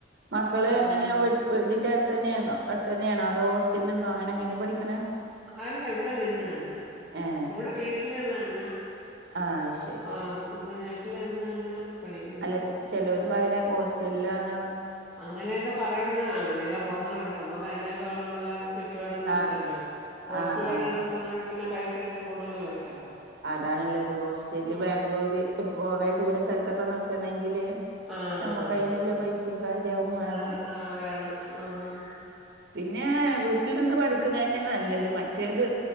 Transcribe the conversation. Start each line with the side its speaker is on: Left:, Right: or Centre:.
Right: മക്കള്
Centre: ആഹ്
Right: എങ്ങനെയാ
Centre: പിന്നെ
Right: വീ വീടിന്റെ അടുത്തന്നെയണോ അടുത്തന്നെയാണോ അതോ ഹോസ്റ്റലിൽ നിന്നോ അങ്ങനെ എങ്ങനെ പഠിക്കണേ
Centre: അല്ല ഇവിടെ നിന്ന് അന്നെ
Right: ഏഹ്
Centre: ഇവിടെ വീട്ടിലിന്ന് തന്നെ
Right: ആഹ് അത് ശരി
Centre: ആഹ് ഇവടെ വീട്ടില് നിന്ന് തന്നെ പഠിക്കുന്നത്
Right: അല്ല ചെ ചെലോര് പറയ്ന്ന ഹോസ്റ്റലാന്ന്
Centre: അങ്ങനെയൊക്കെ പറയുന്നെ അങ്ങനെയൊക്കെ പോന്നോരണ്ട് അമ്മക്കയ്നെയൊക്കെള്ള ചുറ്റുപാടൊന്നും
Right: ആഹ്
Centre: ഇല്ലല്ലോ ഹോസ്റ്റലിലൊക്കെ
Right: ആഹ് ആഹ്
Centre: നിർത്തണെങ്കി പിന്നെ പൈസയൊക്കെ കൂടുതല് വേണ്ടേ
Right: അതാണ്ള്ളത് ഹോസ്റ്റല്
Centre: ഉം
Right: ബാംഗ്ലൂര് ഈ കൊറെ ദൂര സ്ഥലത്തൊക്കെ നിർത്തണെങ്കില്
Centre: ആഹ്
Right: നമ്മക്കയിനില്ലെ
Centre: ആഹ് ആഹ്
Right: പൈസയും കാര്യ അവും വേണം
Centre: അതിന് ആഹ് വേണം ആഹ്
Right: പിന്നെ വീട്ടിൽ നിന്ന് പഠിക്ക്ണന്നെ നല്ലത് മറ്റേത്